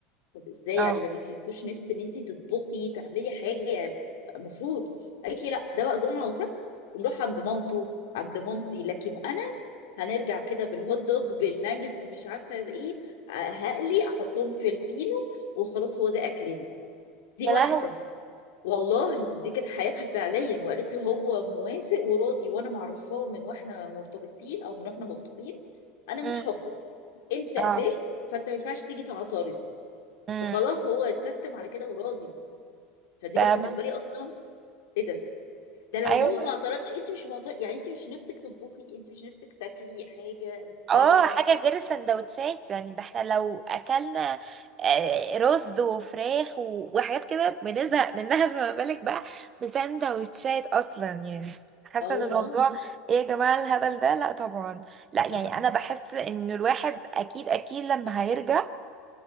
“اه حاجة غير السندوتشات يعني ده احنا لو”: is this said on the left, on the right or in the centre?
Right